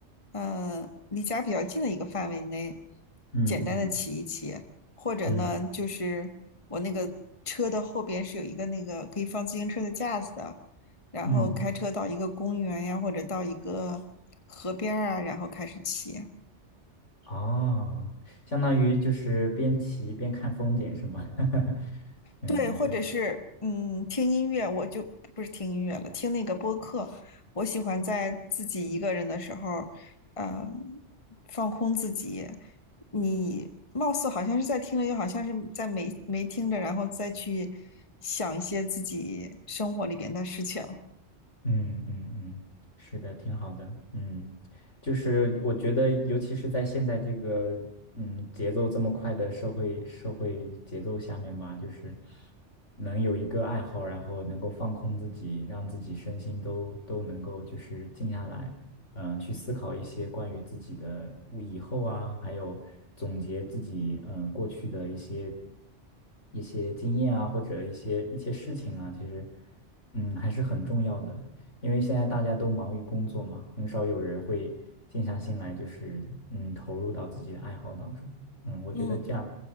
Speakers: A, on the left; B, on the left.
A: 嗯、离家比较近的一个范围内，
B: 嗯嗯
A: 简单的骑一骑，或者呢，
B: 嗯嗯。
A: 就是我那个车的后边是有一个那个可以放自行车的架子的，然后开车到一个公园呀，
B: 嗯
A: 或者到一个河边儿啊，然后开始骑。
B: 哦，相当于就是边骑边看风景是吗？<laughs> 嗯，
A: 对，或者是嗯，听音乐，我就不是听音乐了，听那个播客。我喜欢在自己一个人的时候，嗯，放空自己。你貌似好像是在听着，又好像是在没没听着，然后再去想一些自己生活里边的事情。
B: 嗯嗯嗯，是的，挺好的。嗯，就是我觉得，尤其是在现在这个嗯节奏这么快的社会社会节奏下面嘛，就是能有一个爱好，然后能够放空自己，让自己身心都都能够就是静下来，嗯，去思考一些关于自己的以后啊，还有总结自己嗯过去的一些一些经验啊，或者一些一些事情啊，其实嗯还是很重要的。因为现在大家都忙于工作嘛，很少有人会静下心来，就是嗯投入到自己的爱好当中。嗯，我觉得这样，
A: 嗯。